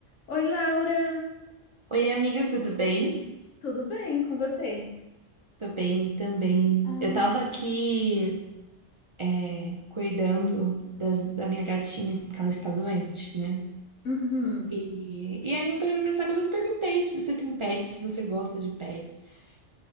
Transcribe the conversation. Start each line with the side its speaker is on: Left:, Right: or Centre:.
Left: Oi, Laura,
Right: Oi, amiga, tudo bem?
Left: tudo bem com você?
Right: Tô bem também.
Left: Ah,
Right: Eu tava aqui é, cuidando das- da minha gatinha, porque ela está doente, né?
Left: Uhum.
Right: E, e aí eu parei pra pensar quando eu perguntei se você tem pets, se você gosta de pets.